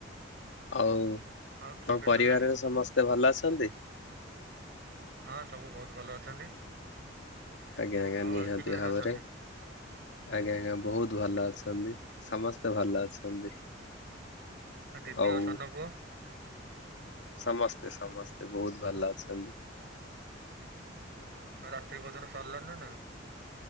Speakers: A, on the left; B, on the right.
A: ଆଉ
B: ଆଉ ଖିଆ
A: ତମ
B: ପିଆ
A: ପରିବାରରେ
B: ସରିଲାଣି?
A: ସମସ୍ତ ତେ ଭଲ ଅଛନ୍ତି?
B: ହଁ ସବୁ ବୋହୁତ ଭଲ ଅଛନ୍ତି।
A: ଆଜ୍ଞା ଆଜ୍ଞା
B: ଆଉ
A: ନିହାତି
B: ଆଣ୍ଟି କେମିତି
A: ଭାବରେ।
B: ଅଛନ୍ତି?
A: ଆଜ୍ଞା ଆଜ୍ଞା। ବହୁତ ଭଲ ଅଛନ୍ତି। ସମସ୍ତେ ଭଲ ଅଛନ୍ତି।
B: ଦିଦି
A: ଆଉ
B: ସାନ ପୁଅ
A: ସମସ୍ତେ ସମସ୍ତେ ବୋହୁତ ଭଲ ଅଛନ୍ତି।
B: ଆଉ ରାତିି ଭୋଜନ ସରିଲାଣି ନା ନାଇଁ?